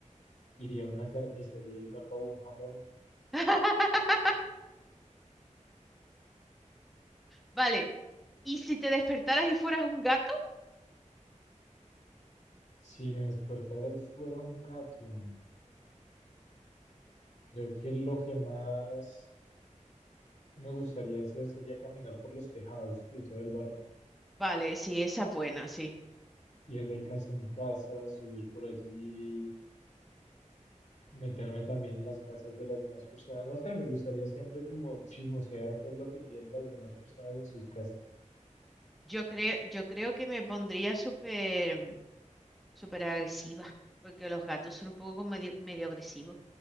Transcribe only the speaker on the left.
iría a una carnicería y me robo un jamón.
Si me despertara y fuera un gato, creo que lo que más me gustaría hacer sería caminar por los tejados de todo el barrio.
Ir de casa en casa, subir por allí, meterme también en las casas de las demás personas. No sé, me gustaría siempre como chismosear qué es lo que tienen las demás personas en sus casas.